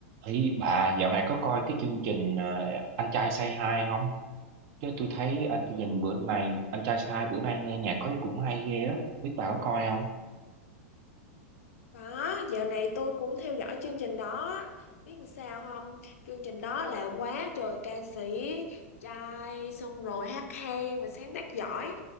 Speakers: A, on the right; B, on the left.
A: Ý bà dạo này có coi cái chương trình ờ, Anh trai Say Hi không? Chứ tôi thấy anh chương trình bữa này Anh trai Say Hi bữa nay nghe nhạc có cũng hay ghê á. Biết bà có coi không?
B: Có, dạo này tôi cũng theo dõi chương trình đó. Biết làm sao không? Chương trình đó là quá trời ca sĩ, trai, xong rồi hát hay, mà sáng tác giỏi,